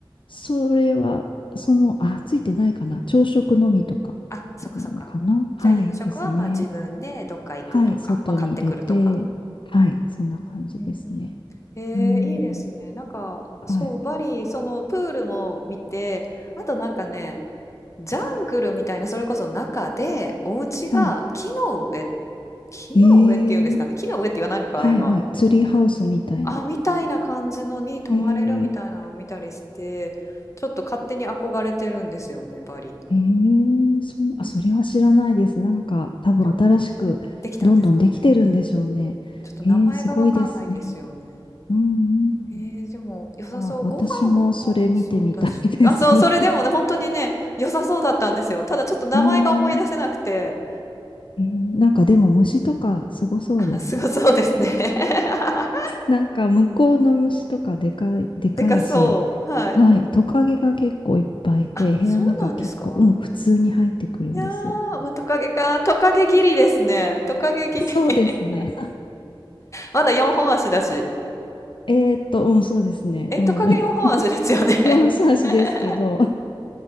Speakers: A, on the left (about 65°); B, on the left (about 35°).
A: それは、その、あ、ついてないかな。朝食のみとか、
B: あ、そっかそっか。
A: うんかな。はい、
B: じゃあ夕食は、
A: ですね。
B: ま、自分でどっか行くとか、
A: はい、外に出て、
B: ま、買ってくるとか。
A: はい、そんな感じですね。
B: うんうんうん。ええ、
A: うん、
B: いいですね。なんか、
A: はい、
B: そう、バリ、そのプールも見て、あとなんかねジャングルみたいな、それこそ中で、お家が木の上、
A: はい。
B: 木の上っていうんですかね、
A: ええ
B: 木の上って言わないのか、
A: はい、
B: ああいうのは。
A: はい、ツリーハウスみたいな。
B: あ、みたいな感じのに泊まれるみたいなのを見たりして、
A: ええ
B: ちょっと勝手に憧れてるんですよね、バリ。
A: ええそん、
B: うん。
A: あ、それは知らないです。なんか、多分新しくどんどんできてるんでしょうね。
B: でも、できたんですかね。ちょっと名前がわかんないんですよね。
A: ええすごいですね。うん、う
B: えー、でも良さそう。
A: ん。あ、私もそれ見てみたいです。
B: ご飯も美味しそうだし。あ、そう、
A: <laughs>
B: それでもね、本当にね、良さそうだったんですよ。ただちょっと名前が思い出せなくて。
A: ええええなんかでも虫とかすごそうですね。
B: あ、すごそうですね。<laughs>
A: なんか向こうの虫とかでかい、でかいし、
B: でかそう。はい。
A: はい、トカゲが結構いっぱいいて、
B: あ、
A: 部屋の中結構、
B: そうなんですか
A: うん、普通に入ってくるんですよ。
B: いやー、まあ、トカゲか。トカゲギリですね。トカゲギリ。
A: <laughs> そうですね。
B: <laughs> まだ4本足だし。
A: <laughs> えーっと、うん、そうですね。
B: え、
A: うん。
B: トカゲ4本足ですよね。
A: <laughs> 四足ですけど、
B: <laughs>